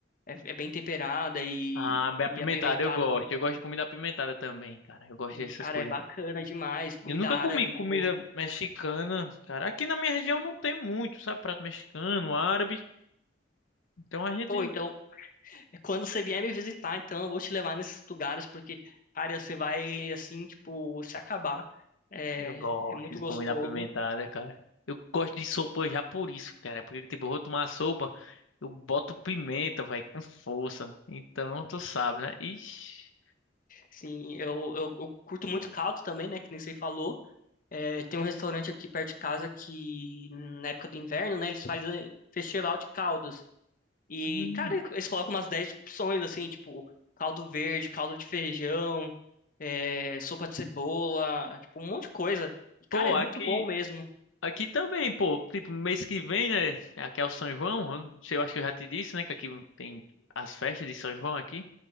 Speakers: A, on the left (about 45°); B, on the left (about 85°).
A: é, é bem temperada e,
B: Ah, bem
A: e
B: apimentado,
A: apimentada
B: eu gosto.
A: também.
B: Eu gosto de comida apimentada também, cara. Eu gosto
A: E,
B: dessas
A: cara,
B: coisas.
A: é bacana demais. Comida
B: Eu nunca
A: árabe,
B: comi comida
A: tipo,
B: mexicana, cara. Aqui na minha região não tem muito, sabe? Prato mexicano, árabe. Então a gente.
A: pô, então, quando você vier me visitar, então, eu vou te levar nesses lugares, porque, cara, você vai, assim, tipo, se acabar. É,
B: Eu gosto
A: é muito
B: de
A: gostoso.
B: comida apimentada, cara. Eu gosto de sopa já por isso, cara. Porque, tipo, eu vou tomar sopa, eu boto pimenta, vai, com força. Então, tu sabe, né? Ixi.
A: Sim, eu, eu, eu curto muito caldo também, né, que nem você falou. É, tem um restaurante aqui perto de casa que, na época do inverno, né, eles fazem festival de caldos. E,
B: Hum.
A: cara, eles colocam umas 10 opções, assim, tipo, caldo verde, caldo de feijão, é, sopa de cebola, tipo, um monte de coisa. E, cara,
B: Pô,
A: é
B: aqui.
A: muito bom mesmo.
B: Aqui também, pô. Tipo, mês que vem, né? Aqui é o São João. Eu não sei, eu acho que eu já te disse, né? Que aqui tem as festas de São João aqui.